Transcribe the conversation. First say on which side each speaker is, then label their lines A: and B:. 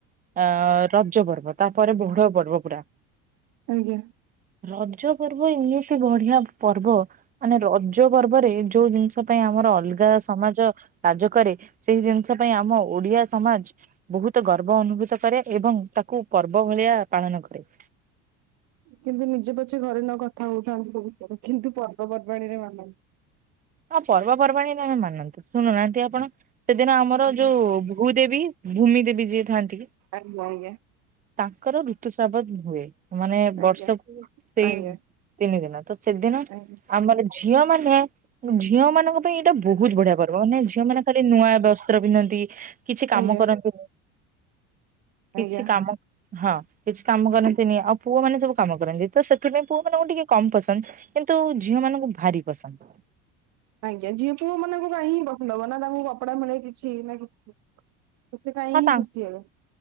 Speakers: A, on the right; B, on the right.
A: ଆ ରଜ ପର୍ବ ତାପରେ ବଡ ପର୍ବ ପୁରା।
B: ଆଜ୍ଞା।
A: ରଜ ପର୍ବ ଏମିତି ବଢିଆ ପର୍ବ ମାନେ ରଜ ପର୍ବରେ ଯୋଉ ଜିନିଷ ଆମ ପାଇଁ ଆମର ଅଲଗା ସମାଜ କାର୍ଯ୍ୟ କରେ ସେଇ ଜିନିଷ ପାଇଁ ଆମ ଓଡିଆ ସମାଜ ବହୁତ ଗର୍ବ ଅନୁଭୂତ କରେ ଏବଂ ତାକୁ ପର୍ବ ଭଳିଆ ପାଳନ କରେ।
B: କିନ୍ତୁ ନିଜେ ପଛେ ଘରେ ନ କଥା ହଉଥାନ୍ତି ସେ ବିଷୟରେ କିନ୍ତୁ ପର୍ବ ପର୍ବାଣୀରେ ମାନନ୍ତି।
A: ହଁ ପର୍ବ ପର୍ବାଣୀରେ ଆମକୁ ମାନନ୍ତି ଶୁଣୁ ନାହାଁନ୍ତି ଆପଣ ସେଦିନ ଆମର
B: ଆଜ୍ଞା
A: ଯୋଉ ଭୂ ଭୂ ଦେବୀ ଭୂମି ଦେବୀ ଯିଏ ଥାଆନ୍ତି
B: ଆଜ୍ଞା ଆଜ୍ଞା।
A: ତାଙ୍କର ଋତୁସ୍ରାବ ହୁଏ। ମାନେ ବର୍ଷକୁ
B: ଆଜ୍ଞା
A: ସେଇ
B: ଆଜ୍ଞା।
A: ତିନି ଦିନ ତ ସେଦିନ
B: ଆଜ୍ଞା
A: ଆମର ଝିଅ ମାନେ ଝିଅ ମାନଙ୍କ ପାଇଁ ଏଇଟା ବହୁତ ବଢିଆ ପର୍ବ ମାନେ ଝିଅ ମାନେ ଖାଲି ନୂଆ ବସ୍ତ୍ର ପିନ୍ଧନ୍ତି କିଛି କାମ
B: ଆଜ୍ଞା
A: କରନ୍ତିନି କିଛି
B: ଆଜ୍ଞା
A: କାମ ହଁ କିଛି କାମ କରନ୍ତିନି ଆଉ ପୁଅ ମାନେ ସବୁ କାମ କରନ୍ତି ତ ସେ ଥିପାଇଁ ପୁଅ ମାନଙ୍କୁ ଟିକେ କମ୍ ପସନ୍ଦ କିନ୍ତୁ ଝିଅ ମାନଙ୍କୁ ଭାରି ପସନ୍ଦ।
B: ଆଜ୍ଞା ଝିଅ ପୁଅ ମାନଙ୍କ ପାଇଁ ପସନ୍ଦ ହବ ନା ତାଙ୍କୁ କପଡା ମିଳେ କିଛି ନା କିଛି ତ ସେ କାହିଁକି
A: ହଁ ତା
B: ଖୁସି ହେବେ?